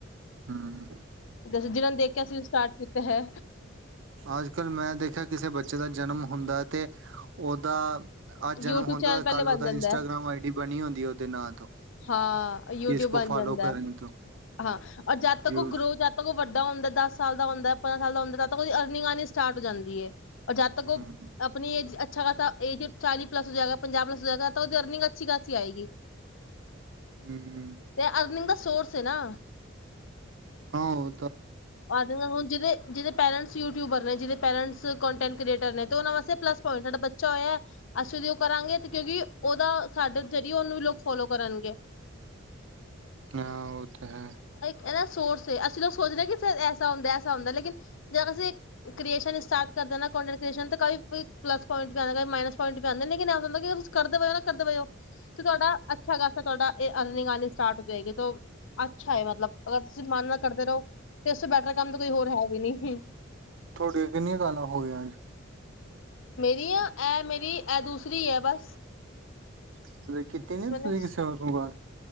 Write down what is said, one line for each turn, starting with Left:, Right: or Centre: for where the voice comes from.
Right: ਹੂੰ
Left: ਜਿਹਨਾਂ ਨੇ ਦੇਖਿਆ ਅਸੀਂ ਸਟਾਰਟ ਕੀਤਾ ਹੈ।
Right: ਅੱਜ ਕੱਲ ਮੈਂ ਦੇਖਿਆ ਕਿਸੇ ਬੱਚੇ ਦਾ ਜਨਮ ਹੁੰਦਾ ਹੈ, ਤੇ ਉਹਦਾ ਅਹ
Left: ਯੂਟਿਊਬ
Right: ਜਨਮ ਹੁੰਦਾ
Left: ਚੈਨਲ ਪਹਿਲੇ
Right: ਕੱਲ
Left: ਬਣ
Right: ਉਹਦਾ
Left: ਜਾਂਦਾ
Right: ਇੰਸਟਾਗ੍ਰਾਮ
Left: ਹੈ
Right: ਆਈ ਡੀ ਬਣੀ ਹੁੰਦੀ, ਉਹਦੇ ਨਾਂ ਤੋਂ
Left: ਹਾਂ ਯੂਟਿਊਬ
Right: ਇਸ
Left: ਬਣ
Right: ਕੋ ਫਾਲੋ
Left: ਜਾਂਦਾ
Right: ਕਰਨ
Left: ਏ
Right: ਤੋਂ
Left: ਹਾਂ ਔਰ ਜਦ ਤੱਕ
Right: ਯੂ
Left: ਉਹ ਗਰੋ ਜਦ ਤੱਕ ਉਹ ਵੱਡਾ ਹੁੰਦਾ ਦਸ ਸਾਲ ਦਾ ਹੁੰਦਾ ਪੰਦਰਾਂ ਸਾਲ ਦਾ ਹੁੰਦਾ ਤੱਦ ਤੱਕ ਉਦੀ ਅਰਨਿੰਗ ਆਣੀ ਸਟਾਰਟ ਹੋ ਜਾਂਦੀ ਏ। ਔਰ ਜਦ ਤੱਕ ਉਹ
Right: ਹੂੰ
Left: ਆਪਣੀ ਏਜ ਚ ਅੱਛਾ ਖਾਸਾ ਏਜ ਚਾਲੀ ਪਲੱਸ ਹੋ ਜਾਏਗਾ, ਪੰਜਾਹ ਪਲੱਸ ਹੋ ਜਾਏਗਾ ਤਾਂ ਉਹਦੀ ਅਰਨਿੰਗ ਅੱਛੀ ਖਾਸੀ ਆਏਗੀ।
Right: ਹੂੰ-ਹੂੰ।
Left: ਤੇ ਅਰਨਿੰਗ ਦਾ ਸੋਰਸ ਏ ਨਾ
Right: ਹਾਂ ਓ
Left: ਆ ਦੇ ਹੁਣ ਜਿਹਦੇ-ਜਿਹਦੇ ਪੇਰੈਂਟਸ ਯੂਟਿਊਬਰ ਨੇ ਜਿਹਦੇ ਪੇਰੈਂਟਸ ਕੋਂਟੈਟ ਕ੍ਰੀਏਟਰ ਨੇ ਅਤੇ ਉਹਨਾਂ ਵਾਸਤੇ ਪਲੱਸ ਪੁਆਇੰਟ ਸਾਡਾ ਬੱਚਾ ਹੋਇਆ। ਅਸੀਂ ਉਹਦੀ ਉਹ ਕਰਾਂਗੇ ਅਤੇ ਕਿਉਂਕਿ ਉਹਦਾ ਸਾਡੇ ਜ਼ਰੀਏ ਉਹਨੂੰ ਵੀ ਲੋਕ ਫੋਲੋ ਕਰਨਗੇ।
Right: ਹਾਂ ਉਹ ਤਾਂ ਹੈ।
Left: ਇਦਾ ਸੋਰਸ ਏ ਅਸੀਂ ਲੋਕ ਸੋਚਦੇ ਹਾਂ। ਐਸਾ ਹੁੰਦਾ ਐਸਾ ਹੁੰਦਾ ਲੇਕਿਨ ਜੇ ਅਸੀਂ ਕ੍ਰੀਏਸ਼ਨ ਸਟਾਰਟ ਕਰੋਂਟਟ੍ਰਸ਼ਨ ਕ ਪਲੱਸ ਪੁਆਇੰਟ ਵੀ ਆਂਦਾ, ਮਾਈਨਸਆਇੰਟ ਵੀ ਆਂਦਾ ਹੁੰਦਾ ਕਰਦੇ ਪਏ ਨਾ ਕਰਦੇ ਪਏਓ ਤੇ ਤੁਹਾਡਾ ਅੱਛਾ ਖਾਸਾ ਤੁਹਾਡਾ ਏ ਅਰਨਿੰਗ ਆਉਣੀ ਸਟਾਰਟ ਹੋ ਜਾਏਗੀ ਤੋ ਅੱਛਾ ਹੈ ਮਤਲਬ ਅਗਰ ਤੁਸੀਂ ਮਨ ਨਾਲ ਕਰਦੇ ਰਹੋ ਤੇ ਇਸ ਬੈਟਰ ਕੰਮ ਤਾਂ ਕੋਈ ਹੋਰ ਹੈ ਵੀ ਨੀ
Right: ਤੁਹਾਡੀਆਂ ਕਿੰਨੀਆਂ ਕਾਲਾਂ ਹੋ ਗਈਆਂ ਅੱਜ
Left: ਮੇਰੀ ਆ ਇਹ ਮੇਰੀ ਇਹ ਦੂਸਰੀ ਐ ਬਸ
Right: <unintelligible> ਕੀਤੀ ਨੀ
Left: ਮੈਨੇ
Right: ਤੁਸੀਂ ਕਿਸੇ ਹੋਰ ਨੂੰ ਕਾਲ